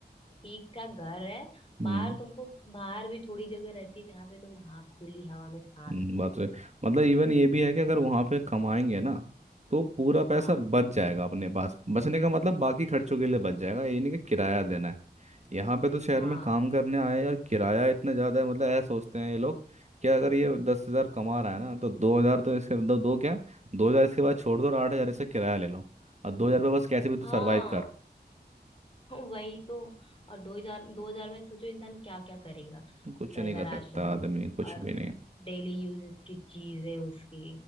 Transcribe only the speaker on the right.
हम्म
हम्म,
बात
रहे मतलब इवन ये भी है कि अगर वहां पे कमाएंगे ना तो पूरा पैसा
बच जाएगा अपने पास बचने का मतलब बाकी खर्चों के लिए बच जाएगा ये नहीं कि किराया देना है यहाँ पे तो शहर
में काम करने आए हैं यार किराया इतना ज्यादा है मतलब ऐसा सोचते हैं ये लोग कि अगर ये दस हजार कमा रहा है ना तो दो हजार तो इसके दो, दो क्या दो हजार इसके बाद छोड़ दो और आठ हजार इससे किराया ले लो और दो हजार पे बस कैसे भी तू
सरवाइव कर
कुछ
नहीं
कर
सकता आदमी कुछ
भी